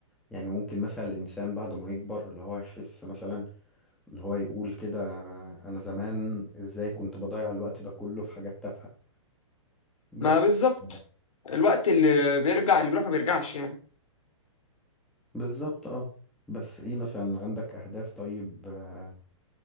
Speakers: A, in the centre; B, on the left (about 85°).
A: يعني ممكن مثلا الانسان بعد ما يكبر اللي هو يحس مثلا اللي هو يقول كده انا زمان ازاي كنت بضيع الوقت ده كله في حاجات تافهة بس
B: ما بالظبط
A: ف-
B: الوقت اللي بيرجع اللي بيروح ما بيرجعش يعني
A: بالظبط اه بس ايه مثلا عندك اهداف طيب آه،